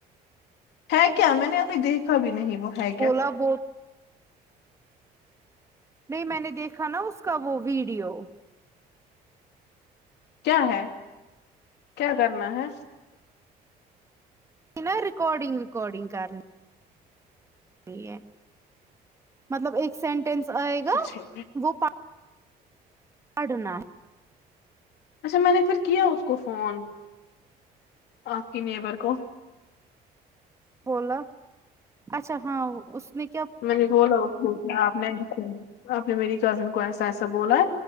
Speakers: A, on the left; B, on the right.
A: ہے کیا میں نے ابھی دیکھا بھی نہیں وہ ہے کیا
B: اب بول نہیں میں نے دیکھا نا اس کا وہ ویڈیو
A: کیا ہے کیا کرنا ہے
B: یہ نا ریکارڈنگ ریکارڈنگ کرنے کی ہے مطلب ایک سینٹینس آئے گا
A: سکس ہے۔
B: وہ پا پڑھنا
A: اچھا میں نے پھر کیا اس کو فون آپ کے نیبر کو
B: بولا اچھا ہاں اس نے
A: میں نے بولا اس کو کہ آپ نہیں دکھوں گی آپ نے میری کزن کو ایسا ایسا بولا ہے